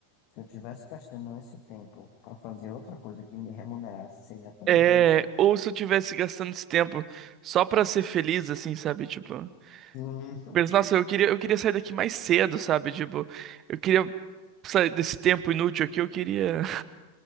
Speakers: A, on the left; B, on the right.
A: se eu tivesse gastando esse tempo para fazer outra coisa que me remunerasse, seria tão
B: É,
A: bom.
B: ou se eu tivesse gastando esse tempo só pra ser feliz, assim, sabe? Tipo, eu
A: Sim,
B: penso, nossa, eu queria, eu queria sair daqui mais cedo, sabe? Tipo, eu queria sair desse tempo inútil aqui, eu queria